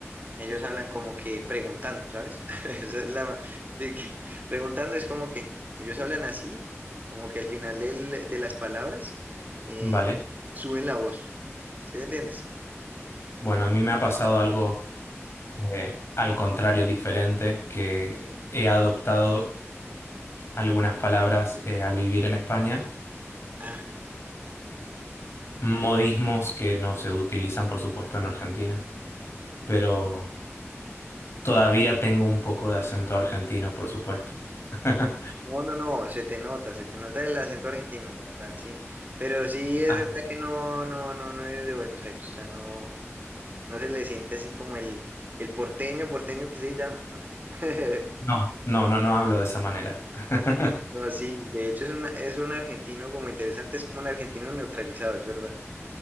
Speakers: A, on the right; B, on the left.
A: Ellos hablan como que preguntando, ¿sabes? <laughs> Esa es la... sí, que preguntando es como que ellos hablan así, como que al final del- de las palabras eh,
B: Vale.
A: suben la voz. ¿Sí me entiendes?
B: Bueno, a mí me ha pasado algo. eh, al contrario diferente, que he adoptado algunas palabras eh, al vivir en España,
A: Ah,
B: modismos que no se utilizan, por supuesto, en Argentina, pero todavía tengo un poco de acento argentino, por supuesto. <laughs>
A: No, no, no, se te nota, se te nota el acento argentino, la verdad, sí. Pero sí es
B: Ah,
A: verdad que no, no, no, no es de Buenos Aires, o sea, no, no se le siente así como el, el porteño, porteño que se llama, no. <laughs>
B: no, no, no, no hablo de esa manera. <laughs>
A: No, sí, de hecho es un, es un argentino como interesante, es como un argentino neutralizado, es verdad.